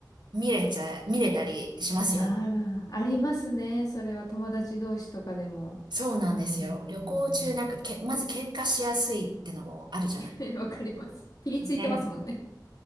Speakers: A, on the right (about 85°); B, on the left (about 55°).
A: 見れちゃ、見れたりしますよね
B: あら、ありますね。それは友達同士とかでも。
A: そうなんですよ。
B: うん、う
A: 旅行中なんかけ、
B: ん、
A: まず喧嘩しやすいってのもあるじゃない。
B: うん。<laughs> わかります。ピリついてますもんね。
A: ね。